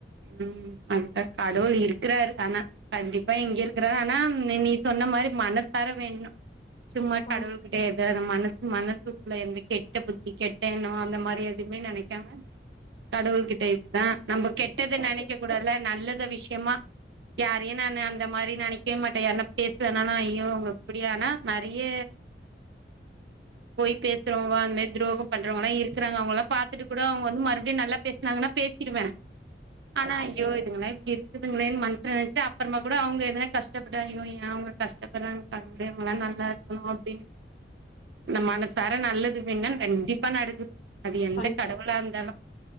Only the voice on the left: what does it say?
ஆமா
ம்
கண்டி